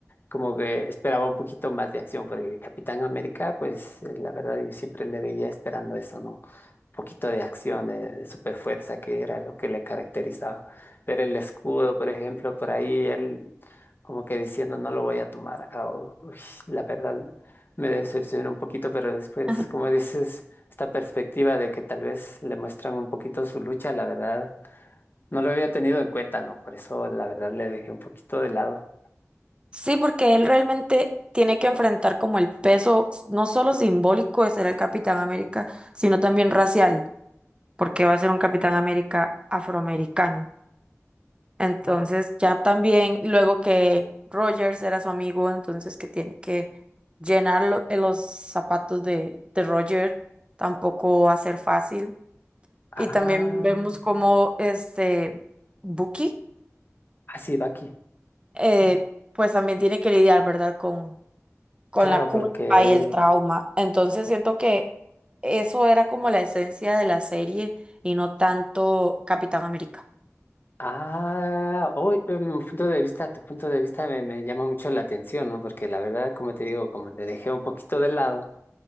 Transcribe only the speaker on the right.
Ajá.
Sí, porque él realmente tiene que enfrentar como el peso, no solo simbólico de ser el Capitán América, sino también racial, porque va a ser un Capitán América afroamericano. Entonces
ya también, luego que Rogers era su amigo, entonces que tiene que llenar lo- eh, los zapatos de, de Roger, tampoco va a ser fácil.
Y también vemos como este Bucky,
eh,
pues también tiene que lidiar, ¿verdad? Con, con
la
culpa y
el trauma. Entonces siento que eso era como la esencia de la serie y no tanto Capitán América.